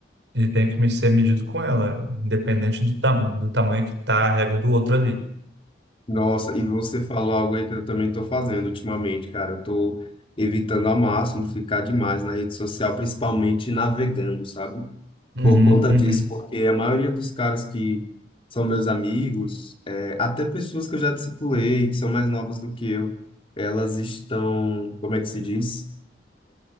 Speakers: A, on the right; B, on the left.
A: e tenho que me ser medido com ela, independente do, tam, do tamanho que tá a régua do outro ali.
B: Nossa, e você falou algo aí que eu também tô fazendo ultimamente, cara. Eu tô evitando ao máximo ficar demais na rede social, principalmente navegando, sabe?
A: Uhum,
B: por conta
A: uhum,
B: disso, porque a maioria dos caras que são meus amigos, é, até pessoas que eu já discipulei, que são mais novas do que eu, elas estão, como é que se diz?